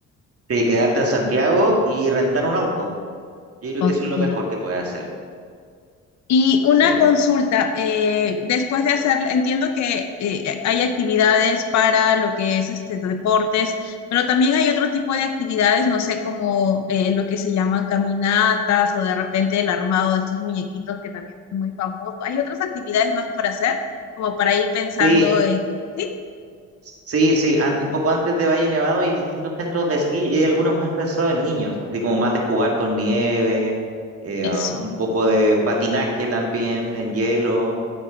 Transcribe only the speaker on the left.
Ok.
Y una
consulta, eh, después de hacer, entiendo que eh, hay actividades para lo que es este, deportes, pero también hay otro tipo de actividades, no sé, como eh, lo que se llaman caminatas o de repente el armado de estos muñequitos que también son muy famosos. ¿Hay otras actividades más por hacer? Como para ir pensando
en, sí,
eso.